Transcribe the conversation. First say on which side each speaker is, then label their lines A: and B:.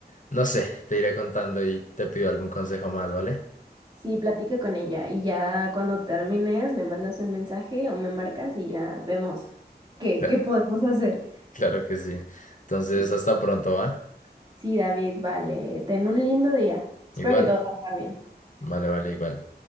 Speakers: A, on the left (about 50°); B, on the right (about 25°).
A: no sé, te iré contando y te pido algún consejo más, ¿vale?
B: Sí, platica con ella y ya cuando termines me mandas un mensaje o me marcas y ya vemos qué,
A: Cla-
B: qué podemos hacer.
A: claro que sí. Entonces,
B: Mm.
A: hasta pronto, ¿va?
B: Sí, David, vale, ten un lindo día. Espero
A: Igual.
B: que todo salga bien.
A: Vale, vale, igual.